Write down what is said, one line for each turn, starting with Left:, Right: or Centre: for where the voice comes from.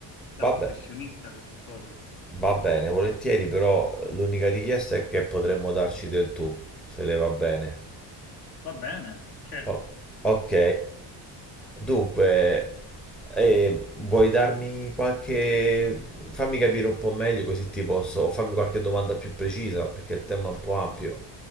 Left: da
Centre: vabbè,
Left: professionista queste cose.
Centre: va bene, volentieri, però l'unica richiesta è che potremmo darci del tu, se le va bene.
Left: Va bene, certo.
Centre: O- ok. Dunque, eh, vuoi darmi qualche... fammi capire un po' meglio così ti posso... o fammi qualche domanda più precisa, perché il tema è un po' ampio.